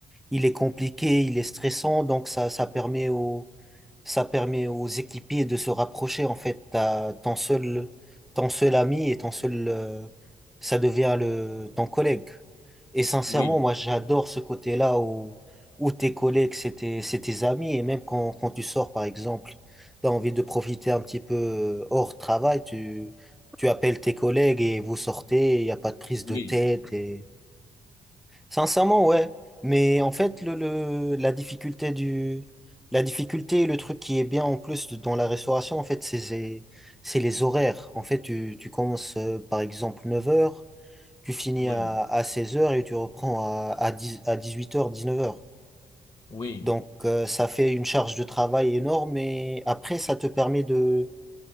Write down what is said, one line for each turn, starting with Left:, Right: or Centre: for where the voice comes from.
Centre: il est compliqué, il est stressant, donc ça, ça permet au ça permet aux équipiers de se rapprocher. En fait, t'as ton seul, ton seul ami et ton seul, euh, ça devient le, ton collègue. Et sincèrement,
Left: oui,
Centre: moi, j'adore ce côté-là où, où tes collègues, c'est tes, c'est tes amis. Et même quand, quand tu sors, par exemple, tu as envie de profiter un petit peu euh, hors travail, tu, tu appelles tes collègues et vous sortez. Il n'y a pas de prise de
Left: oui,
Centre: tête. Et Sincèrement, ouais. Mais en fait, le, le- la difficulté du, la difficulté et le truc qui est bien en plus de- dans la restauration, en fait, c'est, c'est c'est les horaires. En fait, tu, tu commences euh, par exemple neuf heures tu finis
Left: oui,
Centre: à, à seize heures et tu reprends à, à dix à dix huit heures dix neuf heures
Left: oui.
Centre: Donc, euh, ça fait une charge de travail énorme et après, ça te permet de,